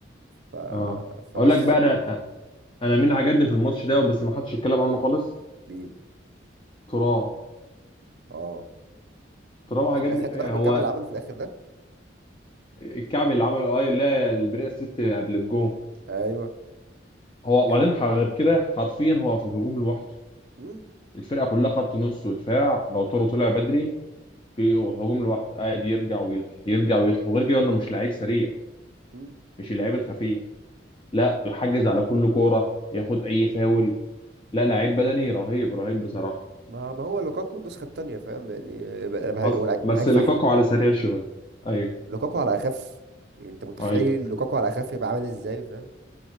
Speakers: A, on the right (about 60°); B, on the left (about 25°).
A: ف...
B: اه
A: فبس
B: اقول لك بقى انا انا مين عجبني في الماتش ده بس ما حدش اتكلم عنه خالص
A: مين
B: ترام
A: اه
B: ترام عجبني
A: خ- خدت
B: يعني
A: بالك من
B: هو
A: الكعب اللي عمله في الاخر ده
B: الكعب اللي عمله اي لا البري اسيست قبل الجون
A: ايوه
B: هو وبعدين
A: كان-
B: ح- غير كده حرفيا هو في الهجوم لوحده
A: مم،
B: الفرقه كلها خط نص ودفاع لو تورو طلع بدري في هجوم لوحده قاعد يرجع ويطلع يرجع ويطلع وغير كده انه مش لعيب سريع
A: مم.
B: مش اللعيب الخفيف لا يحجز على كل كوره ياخد اي فاول لا لعيب بدني رهيب رهيب بصراحة
A: ما ما هو لوكاكو النسخه التانيه فاهم يعني ب- ب- هو
B: حصل
A: لعيب
B: بس
A: هو لعيب فحل
B: لوكاكو على سريع شوية ايوه
A: لوكاكو على اخف يعني انت متخيل
B: ايوه
A: لوكاكو على اخف يبقى عامل ازاي فاهم